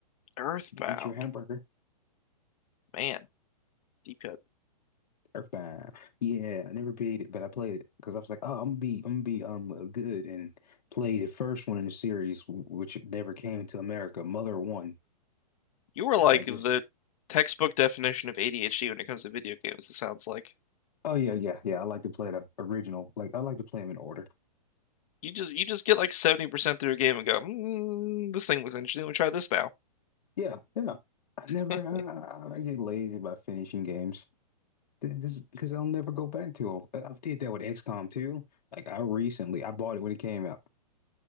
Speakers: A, on the left; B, on the left.
A: Earthbound.
B: get, eat your hamburger.
A: Man, deep cut.
B: Earthbound. Yeah, I never beat it, but I played it because I was like, oh, I'm gonna be I'm gonna be um uh, good and play the first one in the series, w- which never came to America. Mother One.
A: You were like
B: Yeah, I just
A: the textbook definition of ADHD when it comes to video games, it sounds like.
B: Oh yeah, yeah, yeah. I like to play the original. Like I like to play them in order.
A: You just you just get like 70% through a game and go, mm, this thing looks interesting. Let me try this now.
B: Yeah, yeah. I never.
A: <laughs>
B: I, I I get lazy about finishing games. Th- This because I'll never go back to them. I I did that with XCOM too. Like I recently, I bought it when it came out.